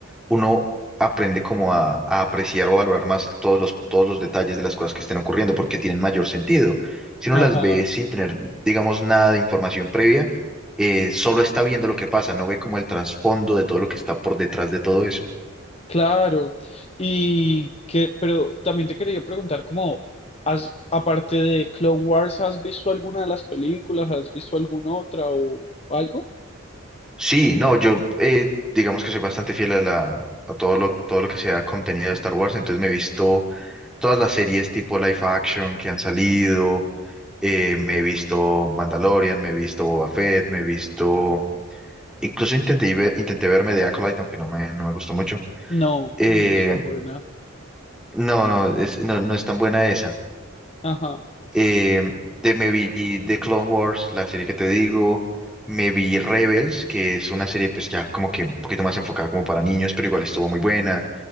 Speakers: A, in the centre; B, on the left.
A: uno aprende como a, a apreciar o a valorar más todos los, todos los detalles de las cosas que estén ocurriendo porque tienen mayor sentido. Si uno las
B: Ajá.
A: ve sin tener, digamos, nada de información previa, eh, solo está viendo lo que pasa, no ve como el trasfondo de todo lo que está por detrás de todo eso.
B: Claro, y que, pero también te quería preguntar, como, has, aparte de Clone Wars, ¿has visto alguna de las películas? ¿Has visto alguna otra o algo?
A: Sí, no, yo eh, digamos que soy bastante fiel a la... a todo lo, todo lo que sea contenido de Star Wars, entonces me he visto todas las series tipo live action que han salido, Eh, me he visto Mandalorian, me he visto Boba Fett, me he visto... Incluso intenté, ver- intenté verme de Acolyte, aunque no me, no me gustó mucho.
B: No,
A: Eh,
B: no es tan buena.
A: no, no, es, no, no es tan buena esa.
B: Ajá.
A: Eh, de- me vi The Clone Wars, la serie que te digo. Me vi Rebels, que es una serie pues ya como que un poquito más enfocada como para niños, pero igual estuvo muy buena.